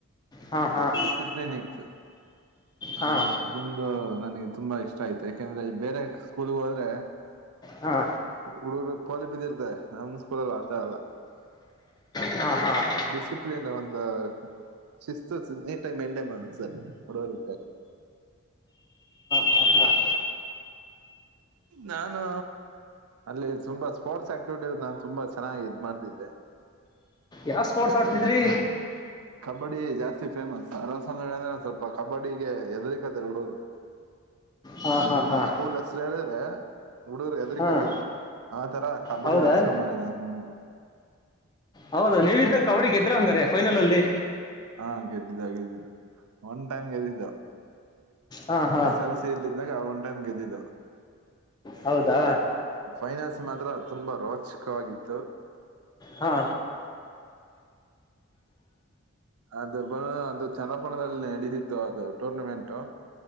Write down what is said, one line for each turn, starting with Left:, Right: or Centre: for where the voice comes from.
Left: ಹಾಂ
Right: ಹ
Left: ಹಾಂ
Right: ಡಿಸಿಪ್ಲಿನ್ ಇತ್ತು ಹ
Left: ಹಾಂ
Right: ಅದೊಂದು ನನಗೆ ತುಂಬಾ ಇಷ್ಟ ಆಯ್ತು ಯಾಕೆಂದ್ರೆ ಬೇರೆ ಸ್ಕೂಲ್ ಹೋದ್ರೆ
Left: ಹಾಂ
Right: ಹುಡುಗ್ರು ಪೋಲಿ <unintelligible> ನಮ ಸ್ಕೂಲಲ್ಲ ಆತ ಅಲ್ಲ
Left: ಹಾಂ ಹಾಂ ಹಾಂ
Right: ಡಿಸಿಪ್ಲಿನ್ ಒಂದು ಶಿಸ್ತು <unintelligible> ಮೆಂಟೇನ್ ಮಾಡೋದು ಸರಿ <unintelligible>
Left: ಹಾಂ ಹಾಂ
Right: ನಾನು ಅಲ್ಲಿ ತುಂಬಾ ಸ್ಪೋರ್ಟ್ಸ್ ಆಕ್ಟಿವಿಟಿ ನಾನು ತುಂಬಾ ಚೆನ್ನಾಗಿ ಇದ್ ಮಾಡ್ತಿದ್ದೆ
Left: ಯಾವ ಸ್ಪೋರ್ಟ್ಸ್ ಆಡ್ತಿದ್ರಿ
Right: ಕಬಡ್ಡಿ ಜಾಸ್ತಿ ಫೇಮಸ್ ಅರಸಡ ಅಂದ್ರೆ ಸ್ವಲ್ಪ ಕಬಡ್ಗೆ ಹೆದರಿಕತಾರೆ ಹುಡೂರು
Left: ಹಾಂ
Right: ನಮ
Left: ಹಾಂ ಹಾಂ
Right: ಸ್ಕೂಲ್ ಹೆಸರು ಹೇಳಿದ್ರೆ ಹುಡಗರು ಹೆದರಿಕ್ದಾರೆ
Left: ಹಾಂ
Right: ಆ ತರ ಕಬಡ್ಡಿಲಿ
Left: ಹೌದಾ
Right: ಹೆಸರು ಮಾಡಿದ ನೂರು
Left: ಹೌದ ನೀವಿದ್ದಾಗ ಕಬಡ್ಡಿ ಗೆದ್ರೆ ಹಂಗಾರೆ ಫೈನಲ್ ಅಲ್ಲಿ
Right: ಹಾ ಗೆದ್ದಿದ್ದ ಗೆದ್ದಿದ್ದ ಒನ್ ಟೈಮ್ ಗೆದ್ದಿದ್ದ
Left: ಹಾ ಹಾ
Right: ಎಸ್ ಎಲ್ ಸಿ ಇಲ್ಲಿದ್ದಾಗ ಅವಂ ಟೈಮ್ಗೆದಿದ್ದ
Left: ಹೌದಾ
Right: ಫೈನಲ್ಸ್ ಮಾತ್ರ ತುಂಬಾ ರೋಚಕವಾಗಿತ್ತು
Left: ಹಾ
Right: ಅದು ಅದು ಚನ್ನಪಣದಲ್ಲಿ ನಡೆತಿತ್ತು ಅದು ಟೂರ್ನಮೆಂಟು